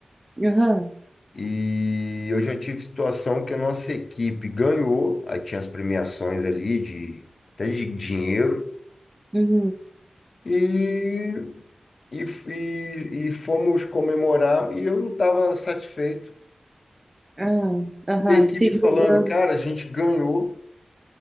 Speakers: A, on the right; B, on the left.
A: aham,
B: E eu já tive situação que a nossa equipe ganhou, aí tinha as premiações ali de até de dinheiro.
A: uhum,
B: E, e, e, e fomos comemorar e eu não estava satisfeito.
A: ah, aham,
B: E a equipe
A: se
B: falando,
A: julgando.
B: cara, a gente ganhou.